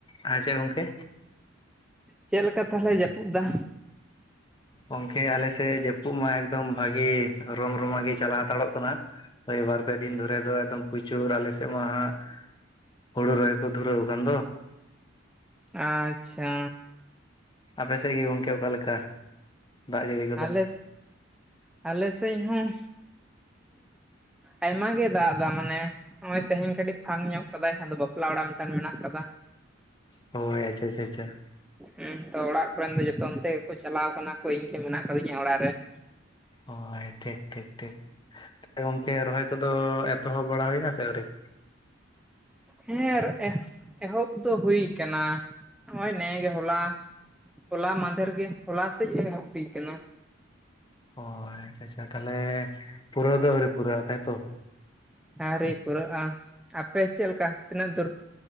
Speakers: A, on the left; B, in the centre.
A: ᱦᱮᱸ ᱪᱮ ᱜᱚᱝᱠᱮ
B: ᱪᱮᱫ ᱞᱮᱠᱟ ᱛᱟᱦᱚᱞᱮ ᱡᱟᱹᱯᱩᱫ ᱫᱟ
A: ᱜᱚᱝᱠᱮ ᱟᱞᱮᱥᱮᱫ ᱡᱟᱹᱯᱩᱫ ᱢᱟ ᱮᱠᱫᱚᱢ ᱵᱷᱟᱜᱤ ᱨᱚᱢ ᱨᱚᱢᱟᱜ ᱜᱮ ᱪᱟᱞᱟᱣ ᱦᱟᱛᱟᱲᱚᱜ ᱠᱟᱱᱟ ᱦᱳᱭ ᱵᱟᱨ ᱯᱮ ᱫᱤᱱ ᱫᱷᱚᱨᱮ ᱫᱚ ᱮᱠᱫᱚᱢ ᱯᱨᱚᱪᱩᱨ ᱟᱞᱮᱥᱮᱫ ᱢᱟ ᱦᱟᱸᱜ ᱦᱩᱲᱩ ᱨᱚᱦᱚᱭ ᱠᱚ ᱫᱷᱩᱨᱟᱹᱣ ᱟᱠᱟᱱ ᱫᱚ
B: ᱟᱪᱪᱷᱟ
A: ᱟᱯᱮ ᱥᱮᱫ ᱜᱮ ᱜᱚᱝᱠᱮ ᱚᱠᱟ ᱞᱮᱠᱟ ᱫᱟᱜ ᱡᱟᱹᱲᱤ ᱠᱚᱫᱚ
B: ᱟᱞᱮ ᱟᱞᱮ ᱥᱮᱫ ᱦᱚᱸ ᱟᱭᱢᱟ ᱜᱮ ᱫᱟᱜ ᱮᱫᱟ ᱢᱟᱱᱮ ᱱᱚᱜ ᱛᱮᱦᱮᱧ ᱠᱟᱹᱴᱤᱡ ᱯᱷᱟᱝ ᱧᱚᱜ ᱠᱟᱫᱟᱭ ᱟᱫᱚ ᱵᱟᱯᱞᱟ ᱚᱲᱟᱜ ᱢᱤᱫᱴᱟᱱ ᱢᱮᱱᱟᱜ ᱟᱠᱟᱫᱟ
A: ᱦᱳᱭ ᱟᱪᱪᱷᱟ ᱟᱪᱪᱷᱟ
B: ᱦᱮᱸ ᱛᱚ ᱚᱲᱟᱜ ᱠᱚᱨᱮᱱ ᱫᱚ ᱡᱚᱛᱚ ᱚᱱ ᱛᱮ ᱜᱮᱠᱚ ᱪᱟᱞᱟᱣ ᱠᱟᱱᱟ ᱠᱚ ᱤᱧ ᱜᱮ ᱢᱮᱱᱟᱜ ᱠᱟᱫᱤᱧᱟ ᱚᱲᱟᱜ ᱨᱮᱱ
A: ᱦᱳᱭ ᱴᱷᱤᱠ ᱴᱷᱤᱠ ᱴᱷᱤᱠ ᱜᱚᱝᱠᱮ ᱨᱚᱦᱚᱭ ᱠᱚᱫᱚ ᱮᱛᱚᱦᱚᱵ ᱵᱟᱲᱟ ᱦᱩᱭᱱᱟ ᱥᱮ ᱟᱹᱣᱨᱤ <inaudible>
B: ᱦᱮᱸ <unintelligible> ᱮᱦᱚᱵ ᱫᱚ ᱦᱩᱭ ᱠᱟᱱᱟ ᱱᱚᱜ-ᱚᱭ ᱱᱮ ᱜᱮ ᱦᱚᱞᱟ ᱦᱚᱞᱟ ᱢᱟᱫᱷᱮᱨ ᱜᱮ ᱦᱚᱞᱟ ᱥᱮᱡ ᱮ ᱦᱩᱭ ᱠᱟᱱᱟ
A: ᱚ ᱟᱪᱪᱷᱟ ᱟᱪᱪᱷᱟ ᱛᱟᱦᱚᱞᱮ ᱯᱩᱨᱟᱹᱣ ᱫᱚ ᱟᱹᱣᱨᱤ ᱯᱩᱨᱟᱹᱜ-ᱟ ᱛᱟᱭᱛᱚ
B: ᱟᱣᱨᱤ ᱯᱩᱨᱟᱹᱜ-ᱟ ᱟᱯᱮ ᱪᱮᱫ ᱞᱮᱠᱟ ᱛᱤᱱᱟᱹᱜ ᱫᱩᱨ